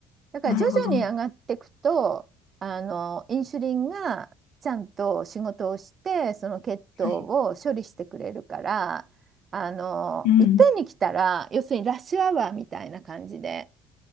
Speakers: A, on the right; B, on the left.
A: だから徐々に上がっていくと、
B: なるほど。は
A: あの、インスリンがちゃんと仕事をして、その血糖を処理してくれるから、
B: い。
A: あの、
B: うん。
A: いっぺんに来たら、要するにラッシュアワーみたいな感じで、